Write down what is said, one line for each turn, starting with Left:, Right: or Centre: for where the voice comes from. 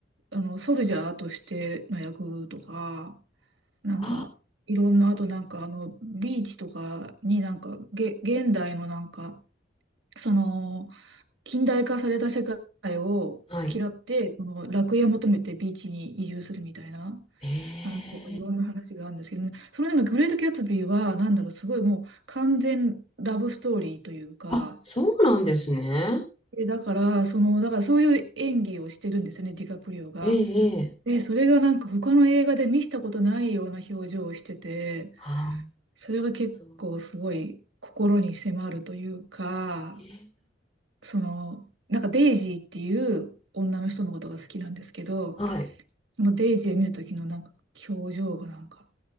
Right: あの、ソルジャーとしての役とか、なんか、
Left: あ
Right: いろんな、あとなんかあの、ビーチとかになんか、げ、現代のなんか、その、近代化された世界を嫌って、
Left: ー、はい。
Right: その楽園を求めてビーチに移住するみたいな
Left: ええ
Right: 話とかいろんな話があるんですけどね、それでもグレート・キャツビーはなんだろう、すごいもう完全ラブストーリーというか、
Left: あ、そうなんですね。
Right: で、だから、その、だからそういう演技をしてるんですよね、ディカプリオが。
Left: ええええ
Right: で、それがなんか他の映画で見したことないような表情をしてて、
Left: ああ、
Right: それが結構すごい心に迫るというか、
Left: なるほど。えー、
Right: その、なんかデイジーっていう女の人のことが好きなんですけど、
Left: はい。
Right: そのデイジーを見るときのなんか表情がなんか